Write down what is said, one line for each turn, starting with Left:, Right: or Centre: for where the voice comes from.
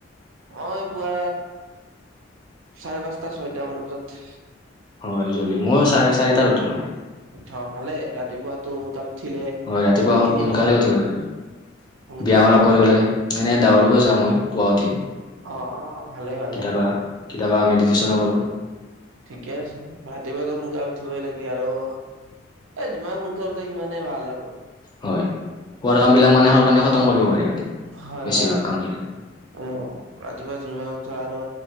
Right: মই পুৱা চাৰে পাঁচটা ছয়টা মান বজাত।
Left: হয়, জলদি ময়ো চাৰে চাৰিটাত উঠো মানে।
Right: উঠ' ভালেই, ৰাতিপুৱাটো সোনকাল উঠিলে
Left: হয়, ৰাতিপুৱা
Right: বহুত খিনিয়ে
Left: সোনকালে
Right: ভাল
Left: উঠিব লাগে।
Right: সোনকালে
Left: বিয়াম অলপ
Right: ভাল
Left: কৰিব লাগে, এনেই
Right: হয়
Left: দউৰিব যাওঁ মই। পুৱা উঠি
Right: অ', ভালেই ভালেই।
Left: কেতিয়াবা কেতিয়াবা মেডিটেশ্যনো কৰোঁ।
Right: ঠিকে আছে, ৰাতিপুৱাটো সোনকালে উঠিবই লাগে আৰু। এ যিমানে সোনকালে উঠে সিমানেই ভাল আৰু।
Left: হয়, কোৱাৰ কাম বিলাক মানে <unintelligible> কাৰণে খতম কৰিব পাৰি মানে।
Right: হয়
Left: বেছিভাগ
Right: হয়,
Left: কাম খিনি
Right: উম', ৰাতিপুৱা যিমান উঠা আৰু